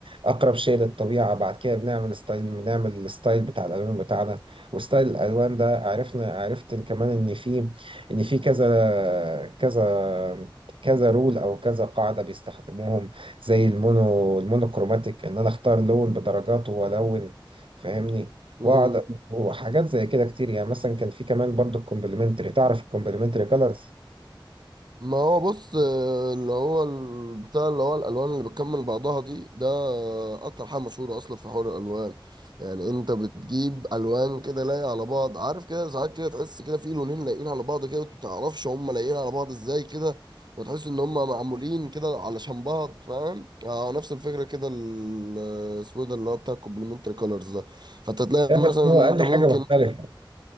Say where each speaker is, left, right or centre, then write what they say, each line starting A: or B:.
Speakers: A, on the right; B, on the right.
A: أقرب شيء للطبيعة بعد كده بنعمل ستايل بنعمل الستايل بتاع الألوان بتاعنا وستايل الألوان ده عرفنا عرفت إن كمان إن في إن في كذا كذا كذا رول او كذا قاعده بيستخدموهم زي المونو المونوكروماتيك ان انا اختار لون بدرجاته والون فاهمني
B: امم
A: واقعد وحاجات زي كده كتير يعني مثلا كان في كمان برضو الكومبلمنتري تعرف الكومبلمنتري كولرز
B: ما هو بص آه، اللي هو ال- بتاع اللي هو الالوان اللي بتكمل بعضها دي ده اكتر حاجه مشهوره اصلا في حوار الالوان يعني انت بتجيب الوان كده لايقه على بعض عارف كده ساعات كده تحس كده في لونين لايقين على بعض كده وانت متعرفش هم لايقين على بعض ازاي كده وتحس ان هم معمولين كده علشان بعض فاهم آه نفس الفكره كده ال- اسمه إيه ده اللي هو بتاع الكومبلمنتري كولرز ده فانت تلاقي
A: ده
B: مثلا
A: بس هو اقل
B: انت ممكن
A: حاجه مختلفه